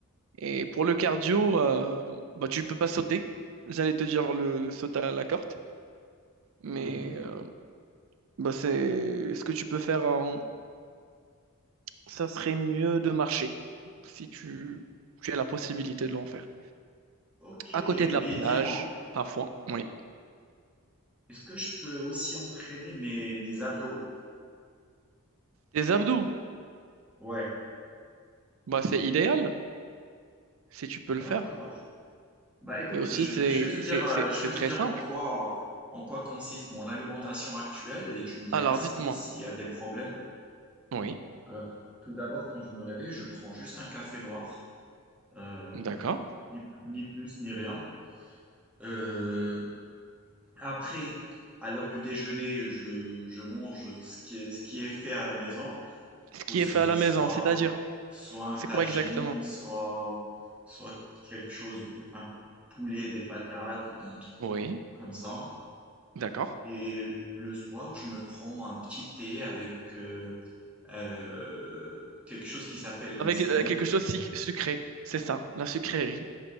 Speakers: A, on the right (about 65°); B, in the centre.
A: Et pour le cardio, euh, bah, tu peux pas sauter. J'allais te dire le saut à la corde, mais
B: Mhm.
A: euh, bah, c'est ce que tu peux faire. en- Ça serait mieux de marcher si tu, tu as la possibilité de l'en faire.
B: Ok.
A: à côté de
B: Mais
A: la plage,
B: dis-moi.
A: parfois, oui.
B: Est-ce que je peux aussi entraîner mes, mes abdos?
A: Des abdos,
B: Ouais,
A: bah, c'est idéal si tu peux
B: d'accord.
A: le faire.
B: Bah écoute,
A: Et aussi,
B: je,
A: c'est
B: je vais te dire,
A: c'est-
B: euh,
A: c'est-
B: je
A: c'est
B: vais te
A: très
B: dire
A: simple.
B: en quoi, en quoi consiste mon alimentation actuelle et tu me diras
A: Alors,
B: si,
A: dites-moi.
B: s'il y a des problèmes.
A: Oui,
B: Alors, tout d'abord, quand je me réveille, je prends juste un café noir, euh,
A: d'accord.
B: ni, ni plus ni rien. Euh, Après, à l'heure du déjeuner, je, je mange ce qui est, ce qui est fait à la maison. Du
A: Ce qui
B: coup, c'est
A: est fait à la
B: soit,
A: maison, c'est-à-dire,
B: soit un
A: c'est
B: tagine,
A: quoi exactement?
B: soit, soit quelque chose, un poulet, des patates ou bien un truc
A: Oui,
B: pas- comme ça.
A: d'accord.
B: Et le soir, je me prends un petit thé avec euh, euh, quelque chose qui s'appelle le
A: Avec
B: msemen.
A: euh, quelque chose si- sucré, c'est ça, la sucrerie.